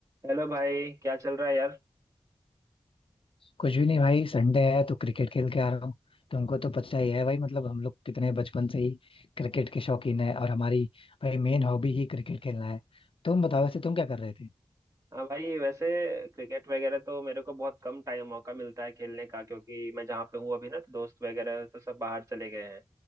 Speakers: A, on the right (about 30°); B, on the left (about 65°).
A: Hello भाई क्या चल रहा है यार
B: कुछ भी नहीं भाई संडे है तो क्रिकेट खेल के आ रहा हूँ तुमको तो पता ही है भाई मतलब हम लोग कितने बचपन से ही क्रिकेट के शौकीन है और हमारी भाई मेन हॉबी ही क्रिकेट खेलना है तुम बताओ वैसे तुम क्या कर रहे थे
A: हाँ भाई वैसे क्रिकेट वगैरह तो मेरे को बहुत कम टाइम मौका मिलता है खेलने का क्योंकि मैं जहाँ पे हूँ अभी ना तो दोस्त वगैरह तो सब बाहर चले गए हैं